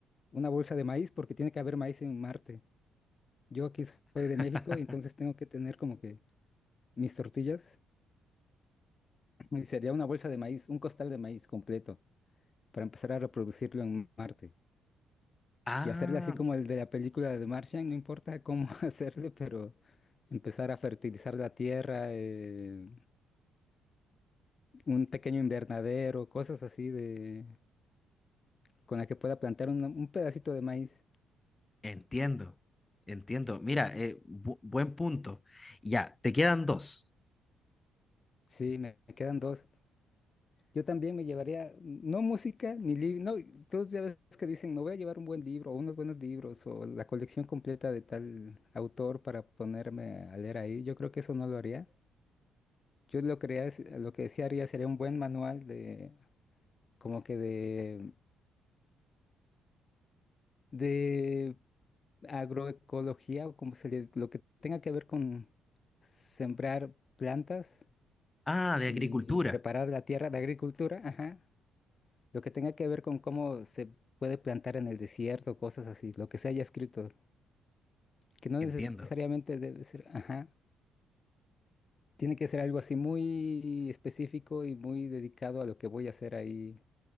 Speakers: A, on the left; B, on the left.
A: una bolsa de maíz porque tiene que haber maíz en Marte. Yo aquí soy de
B: <laughs>
A: México y entonces tengo que tener como que mis tortillas Y sería una bolsa de maíz, un costal de maíz completo, para empezar a reproducirlo en Marte.
B: Ah,
A: Y hacerle así como el de la película de Martian, no importa cómo <laughs> hacerle, pero empezar a fertilizar la tierra, eh, un pequeño invernadero, cosas así de con la que pueda plantar una- un pedacito de maíz.
B: entiendo, entiendo. Mira, eh, bu- buen punto. Ya, te quedan dos.
A: Sí, me me quedan dos. Yo también me llevaría, no música ni libro, no, todos ya ves que dicen, me voy a llevar un buen libro o unos buenos libros o la colección completa de tal autor para ponerme a leer ahí. Yo creo que eso no lo haría. Yo lo, que haría es- lo que sí haría sería un buen manual de, como que de, de agroecología o como se le, lo que tenga que ver con sembrar plantas
B: Ah, de agricultura.
A: y preparar la tierra de agricultura, ajá. Lo que tenga que ver con cómo se puede plantar en el desierto, cosas así, lo que se haya escrito, que no necesariamente
B: Entiendo.
A: debe ser, ajá, tiene que ser algo así muy específico y muy dedicado a lo que voy a hacer ahí